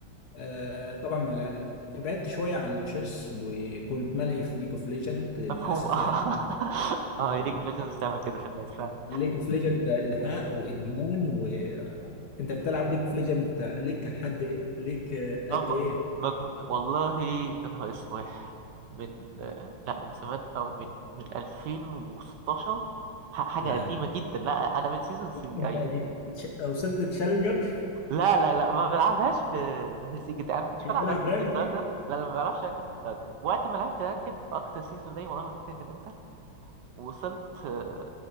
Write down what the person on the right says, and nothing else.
مفهوم اه <laughs> اه
هي ليج اوف ليجندز بتعمل كده في الناس فعلا
اما
مجمو... والله يا نهار اسوح من آه، لا من زمان او من من 2016 ح- حاجه
قديمه
جدا لا انا من سيزون 3
ايوه
لا لا لا ما بلعبهاش ب- بهزيج ده انا ما كنتش
بلعب رانكد
للدرجه لا لا ما بلعبش رانكد للدرجه وقت ما لعبت رانكد في اكتر سيزون ليا والله ما فاكر كان امتى وصلت آه،